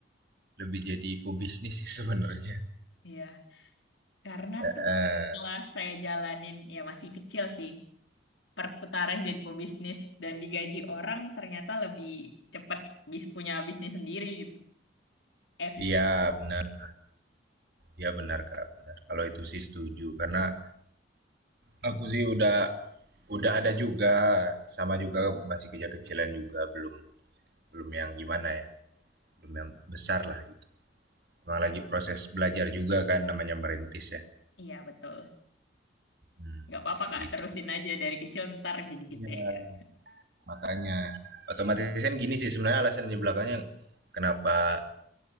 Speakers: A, on the right; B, on the left.
A: lebih jadi pebisnis sih sebenarnya.
B: Iya, karena
A: eh
B: tuh
A: eh,
B: setelah saya jalanin, ya masih kecil sih, perputaran jadi pebisnis dan digaji orang ternyata lebih cepat bis punya bisnis sendiri gitu. Efisien.
A: Iya benar, iya benar Kak, benar. Kalau itu sih setuju karena aku sih udah udah ada juga sama juga masih kecil-kecilan juga belum belum yang gimana ya, belum yang besar lah gitu. Emang lagi proses belajar juga kan namanya merintis ya.
B: Iya betul,
A: Hmm,
B: nggak apa-apa
A: kayak kayak
B: Kak,
A: gitu.
B: terusin aja dari kecil ntar jadi
A: Iya,
B: gede. Kak.
A: makanya otomatis kan gini sih sebenarnya alasannya belakangnya kenapa